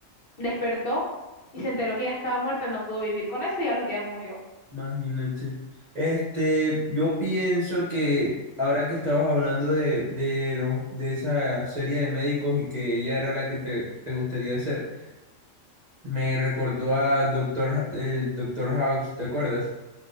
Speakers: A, on the left; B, on the right.
A: despertó y se enteró que ella estaba muerta, no pudo vivir con eso y a los días murió.
B: Imagínate. Este, yo pienso que ahora que estabas hablando de, de, los- de esa serie de médicos y que ella era la que te, te gustaría hacer me recordó a Doctor, el Doctor House, ¿te acuerdas?